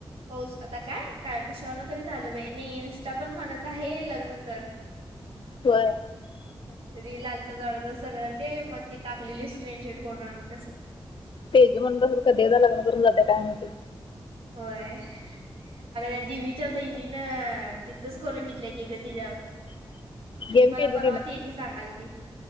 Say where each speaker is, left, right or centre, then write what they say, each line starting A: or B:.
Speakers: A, on the right (about 80°); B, on the left (about 60°).
A: होस आता काय कशावरन तरी झाल बा नाही इन्स्टा पण म्हणत आहे लग्न कर.
B: होर.
A: रिील आल तर जड तर सगळं ते मग ती टाकलेली स्क्रीनशॉट कोडून तस
B: भेज म्हण तर कधीदा लग करून लाग्या पाये.
A: होय अगद्या दिवीच्या बहिणीन च करून घेतलं की ग तिच्या
B: गेम
A: मला
B: केली
A: परवा त जी सांगाल ती